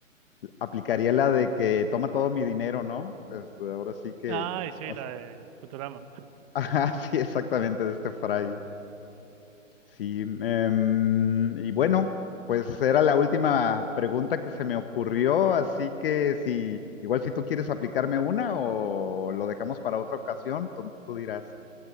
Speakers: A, on the left (about 45°); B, on the right (about 25°).
A: aplicaría la de que toma todo mi dinero, ¿no? Este, ahora sí que.
B: Ay, sí,
A: o
B: la
A: sea,
B: de Futurama.
A: <laughs> Ajá, sí, exactamente, de este fray. Sí, em, y bueno, pues era la última pregunta que se me ocurrió, así que si, igual si tú quieres aplicarme una o lo dejamos para otra ocasión, tú, tú dirás.